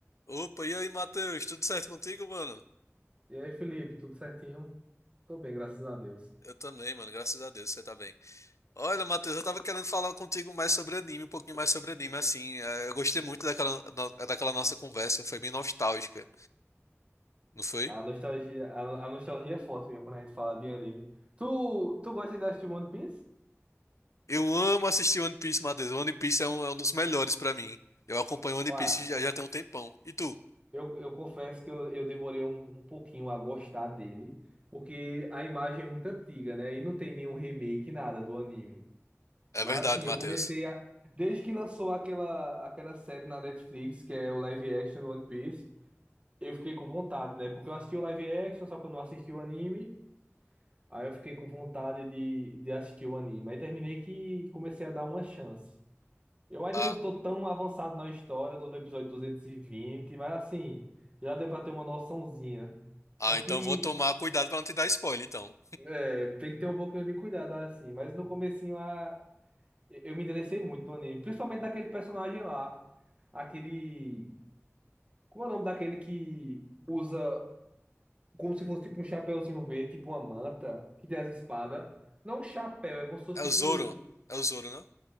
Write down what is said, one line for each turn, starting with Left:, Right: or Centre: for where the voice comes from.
Left: Opa, e aí, Matheus? Tudo certo contigo, mano?
Right: E aí, Felipe, tudo certinho? Tô bem, graças a Deus.
Left: Eu também, mano. Graças a Deus, você tá bem. Olha, Matheus, eu tava querendo falar contigo mais sobre anime, um pouquinho mais sobre anime, assim. eh, Eu gostei muito daquela, no- daquela nossa conversa, foi bem nostálgica, não foi?
Right: A nostalgia, a, a nostalgia é forte mesmo quando a gente fala de anime. Tu, tu gosta de assistir One Piece?
Left: Eu amo assistir One Piece, Matheus. One Piece é um, é um dos melhores pra mim. Eu acompanho One
Right: Olha,
Left: Piece já, já tem um tempão. E tu?
Right: eu, eu confesso que eu, eu demorei um, um pouquinho a gostar dele, porque a imagem é muito antiga, né? E não tem nenhum remake, nada do anime.
Left: É
Right: Mas
Left: verdade,
Right: assim, eu
Left: Matheus.
Right: comecei a. Desde que lançou aquela, aquela série na Netflix, que é o live action do One Piece, eu fiquei com vontade, né? Porque eu assisti o live action, só que eu não assisti o anime. Aí eu fiquei com vontade de, de assistir o anime. Aí terminei que comecei a dar uma chance. Eu ainda
Left: Ah,
Right: não tô tão avançado na história, tô no episódio 220, mas assim, já deu pra ter uma noçãozinha.
Left: ah,
Right: Só que
Left: então vou tomar cuidado pra não te dar spoiler, então.
Right: é, tem que ter um pouquinho de cuidado, assim. Mas no comecinho a, eu me interessei muito no anime, principalmente naquele personagem lá. Aquele. Como é o nome daquele que usa como se fosse tipo um chapéuzinho verde, tipo uma manta, que tem as espadas? Não um chapéu, é como se fosse
Left: É
Right: tipo
Left: o Zoro. É o Zoro, né?